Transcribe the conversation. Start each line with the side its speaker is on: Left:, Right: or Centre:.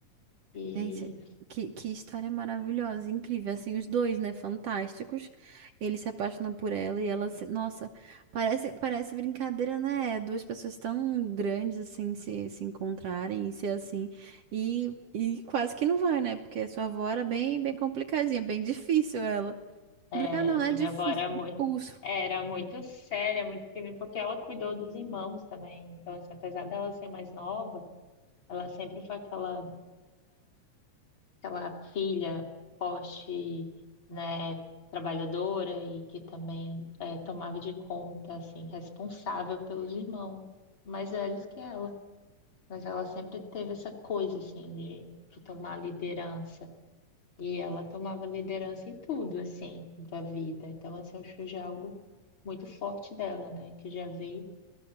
Left: E,
Right: Gente, que, que história maravilhosa, incrível. Assim, os dois, né? Fantásticos. Ele se apaixona por ela e ela se... Nossa, parece, parece brincadeira, né? é Duas pessoas tão grandes, assim, se, se encontrarem e ser assim. E, e quase que não vai, né? Porque a sua avó era bem, bem complicadinha, bem difícil ela. Complicada
Left: é,
Right: não, né?
Left: e
Right: Difícil,
Left: minha avó era muito
Right: de pulso.
Left: Era muito séria, muito firme, porque ela cuidou dos irmãos também. Então, assim, apesar dela ser mais nova, ela sempre foi aquela aquela filha forte, né, trabalhadora e que também é, tomava de conta, assim, responsável pelos irmãos mais velhos que ela. Mas ela sempre teve essa coisa, assim, de, de tomar liderança. E ela tomava liderança em tudo, assim, da vida. Então, assim, eu acho já algo muito forte dela, né, que já veio